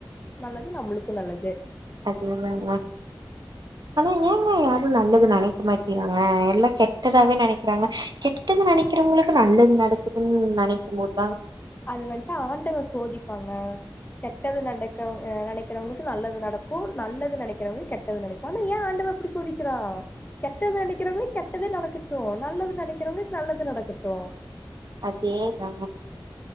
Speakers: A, on the left (about 20°); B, on the right (about 60°).
A: நல்லது நம்முளுக்கு நல்லது
B: அதே தாங்க ஆனா ஏங்க யாரும் நல்லது நெனைக்க மாட்டிக்காங்க எல்லா கெட்டதாவே நெனைக்றாங் கெட் டது நெனைக்றவங்களுக்கு நல்லது நடக்குதுன் நெனைக்கும்போது
A: அது வன்துட்டு ஆண்டவ சோதிப்பாங்க கெட்டது நனக்கவங்க நெனைக்றவங்களுக்கு நல்லது நடக்கு நல்லது நெனைக்றவங்களுக் கெட்டது நெனைக் ஆனா ஏன் ஆண்டவ இப்டி சோதிக்றா கெட்டது நெனைக்கறவங்களுக்கு கெட்டது நடக்கட்டு நல்லது நெனைக்றவங்கக் நல்லது நடக்கட்டு த
B: அதே தாங்க